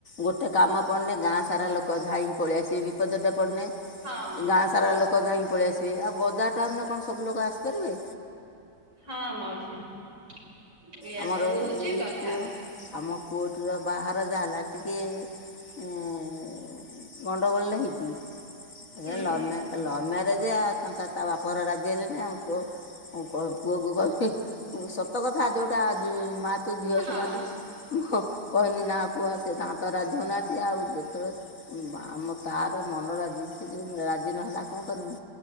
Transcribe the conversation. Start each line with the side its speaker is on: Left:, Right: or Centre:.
Left: ଗୋଟେ କାମ ପଡ଼ନେ ଗାଁ ସାରା ଲୋକ ଧାଇଁ ପଳେଇଆସିବେ ବିପଦଟେ ପଡ଼ନେ
Right: ହଁ
Left: ଗାଁ ସାରା ଲୋକ ଯାଇକି ପଳେଇ ଆସିବେ ଆଉ ବଜାର ଟାଉନ ରେ କଣ ସବୁ ଲୋକ ଆସିପାରିବେ?
Right: ହଁ ମାଉସୀ ଏଇୟଆ
Left: ଆମର
Right: ସବୁ ହଉଚି
Left: ଏଇ
Right: କଥା।
Left: ପୁଅ ଆମ ପୁଅଟିର ବାହାର ଯାହା ହେଲା ଟିକେ ଅ ଗଣ୍ଡଗୋଳ ଟେ ହେଇଚି
Right: ହୁଁ
Left: ଏ ଲଭ ମା ଲଭ୍ ମ୍ୟାରେଜ ଆଉ ତାଙ୍କର ତା ବାପ ଘରେ ରାଜି ହେଲେନି ଆମ ପୁଅ ମୁଁ ପୁଅକୁ କହିଲି ସତ କଥା ଯୋଉଟା ଉଁ ମା ତୁ ଝିଅ
Right: ହଁ
Left: ସମାନେ। ମୁଁ କହିନି ନା ପୁଅ ସେ ତା ତ ରାଜି ହେନାହାନ୍ତି ଆଉ ଯେତେବେଳେ ଆମ ତାର ମନ ରାଜି ବି ଯେ ରାଜି ନହେଲା କଣ କରିବୁ?